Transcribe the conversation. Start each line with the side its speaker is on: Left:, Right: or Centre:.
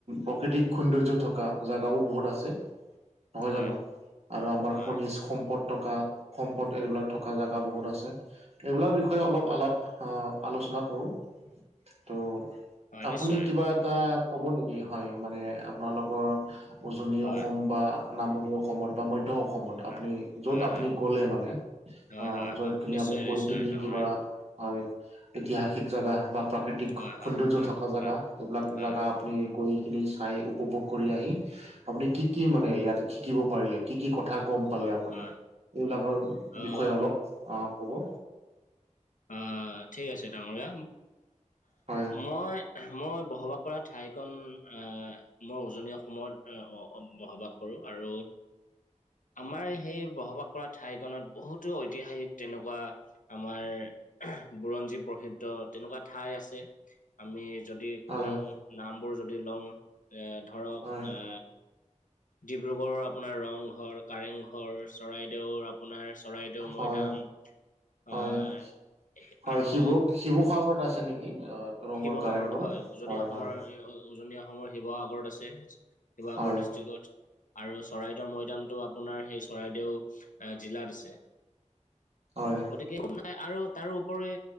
Right: প্ৰকৃতিক সৌন্দৰ্য থকা জাগাও বহুত আছে। নহয়
Left: হয়
Right: জানো? আৰু আমাৰ
Left: হয়
Right: খনিজ সম্পদ থকা সম্পদ এইবিলাক থকা জাগা বহুত আছে। এইবিলাকৰ বিষয়ে অলপ আলাপ আ আলোচনা কৰো। ত'
Left: হয়
Right: আপুনি
Left: নিশ্চয়
Right: কিবা এটা ক'ব নেকি হয় মানে আপোনালোকৰ উজনি
Left: হয়
Right: অসম বা নামনি অসমত বা মধ্য অসমত
Left: হয়
Right: আপুনি য'ত
Left: হয়
Right: আপনি
Left: হয়
Right: <unintelligible> মানে
Left: হয়
Right: অ
Left: হয়
Right: যত
Left: হয়
Right: কিনি
Left: নিশ্চয়
Right: আমি গৈ
Left: নিশ্চয়
Right: কিনি
Left: ডাঙৰীয়া
Right: কিবা, হয়। ঐতিহাসিক জাগা বা প্ৰাকৃতিক
Left: হয় হয়
Right: সৌন্দৰ্য
Left: হয়
Right: থকা জাগা।
Left: হয়
Right: এইবিলাক
Left: হয়
Right: জাগা আপুনি গৈ কিনি চাই উপভোগ কৰি আহি আপুনি কি কি মানে ইয়াত শিকিব পাৰিলে? কি কি কথা গম পালে
Left: হয়
Right: আপুনি?
Left: হয়
Right: এইবিলাকৰ
Left: আহ
Right: বিষয়ে অলপ আ ক'ব।
Left: আ ঠিক আছে ডাঙৰীয়া।
Right: হয়
Left: মই মই বসবাস কৰা ঠাইকণ আ মই উজনি অসমত অ-অ বসবাস কৰো আৰু আমাৰ সেই বসবাস কৰা ঠাইখনত বহুতো ঐতিহাসিক তেনেকুৱা আমাৰ বুৰঞ্জী প্ৰসিদ্ধ তেনেকুৱা ঠাই আছে। আমি যদি
Right: হয়
Left: কওঁ, নামবোৰ যদি লও এ ধৰক
Right: হয়
Left: আ ডিব্ৰুগড়ৰ আপোনাৰ ৰংঘৰ, কাৰেংঘৰ, চৰাইদেউৰ আপোনাৰ চৰাইদেউ
Right: হয়
Left: মৈদাম
Right: হয়,
Left: আহ
Right: হয়
Left: আৰু
Right: শিৱ শিৱসাগৰত আছে নেকি? অ। ৰংঘৰ
Left: শিৱসাগৰত
Right: কাৰেংঘৰ
Left: হয়, উজনি অসমৰ
Right: হয়
Left: এই উজনি অসমৰ শিৱসাগৰত আছে, শিৱসাগৰ
Right: হয়
Left: ডিষ্ট্ৰিকত। আৰু চৰাইদেউৰ মৈদামটো আপোনাৰ হেই চৰাইদেউ জিলাত আছে।
Right: হয়।
Left: গতিকে <unintelligible> নাই আৰু তাৰোপৰি